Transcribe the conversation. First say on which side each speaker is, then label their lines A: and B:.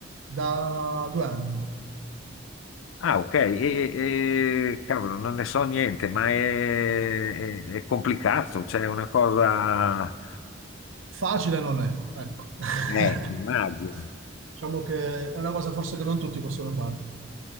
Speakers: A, on the right (about 80°); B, on the left (about 85°).
A: Da due anni.
B: Ah, ok. E, e- cavolo, non ne so niente, ma è, è- è complicato, cioè è una cosa...
A: Facile non è, ecco. <laughs>
B: eh, eh, immagino.
A: Diciamo che è una cosa forse che non tutti possono fare.